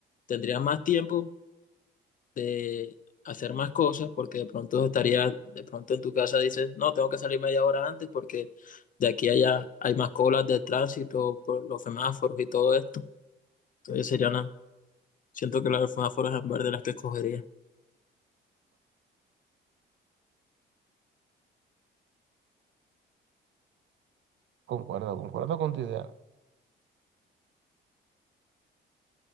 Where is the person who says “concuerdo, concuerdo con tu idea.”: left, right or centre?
Right